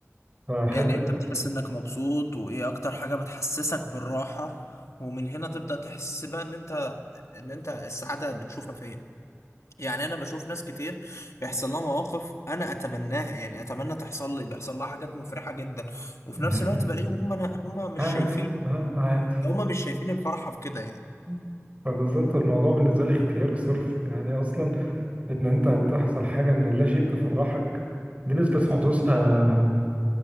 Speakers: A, on the right (about 30°); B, on the left (about 80°).
A: فحتة
B: يعني امتى بتحس انك مبسوط وايه اكتر حاجة بتحسسك بالراحة ومن هنا تبدأ تحس بقى ان انت ان انت السعادة بتشوفها فين يعني انا بشوف ناس كتير بيحصل لها مواقف انا اتمناها يعني اتمنى تحصل لي بيحصل لها حاجات مفرحة جدا وفي
A: <laughs>
B: نفس الوقت بلاقيهم هم أنا هم مش
A: عادي
B: شايفين
A: اه عادي
B: هم مش شايفين الفرحة في كده يعني
A: <laughs> فبالظبط الموضوع بالنسبة لي اختياري صرف يعني أصلا
B: مم.
A: إن أنت هتحصل حاجة من اللا شيء تفرحك دي نسبة حدوثها